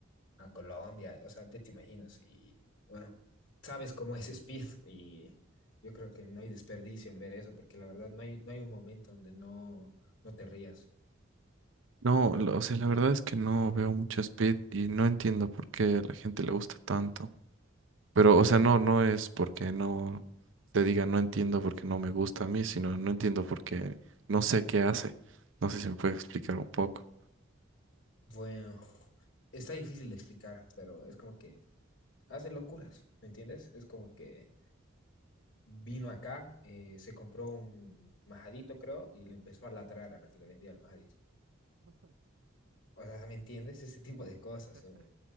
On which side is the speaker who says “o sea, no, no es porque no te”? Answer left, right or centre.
Right